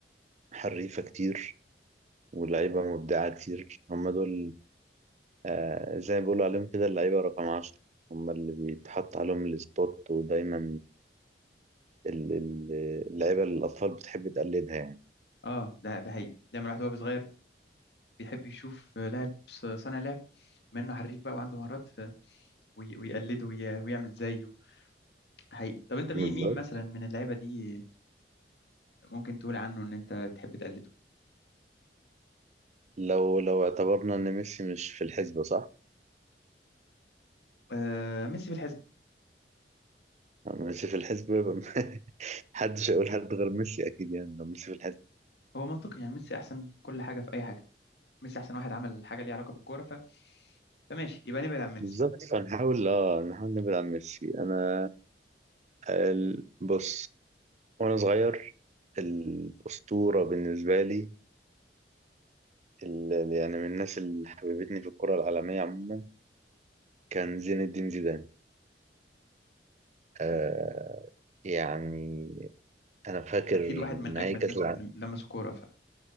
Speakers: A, on the right; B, on the left.
A: حريفة كتير ولعيبة مبدعة كتير هم دول آه، زي ما بيقولوا عليهم كده اللعيبة رقم عشرة هم اللي بيتحط عليهم السبوت ودايما ال- ال- اللعيبة اللي الأطفال بتحب تقلدها يعني
B: اه ده ده حقيقي دايما الواحد وهو صغير بيحب يشوف آه، لاعب ص- صانع لعب بما إنه حريف بقى وعنده مهارات ف- وي- ويقلده وي- ويعمل زيه حقيقي طب أنت مين
A: بالظبط
B: مين مثلا من اللعيبة دي ممكن تقول عنه إن أنت تحب تقلده
A: لو لو اعتبرنا إن ميسي مش في الحسبة صح؟
B: آه ميسي في الحسبة
A: ميسي في الحسبة يبقى <laughs> محدش هيقول حد غير ميسي أكيد يعني لو ميسي في الحسبة
B: هو منطقي يعني ميسي احسن كل حاجه في اي حاجه ميسي احسن واحد عمل حاجه ليها علاقه بالكوره ف... فماشي يبقى نبعد عن ميسي
A: بالظبط فنحاول اه نحاول نبعد عن ميسي أنا ال- بص وأنا صغير الأسطورة بالنسبة لي ال- يعني من الناس اللي حببتني في الكرة العالمية عموما كان زين الدين زيدان آه يعني أنا فاكر
B: اكيد واحد من
A: نهائي
B: اجمد
A: كأس
B: الناس
A: العالم
B: اللي لمسوا كوره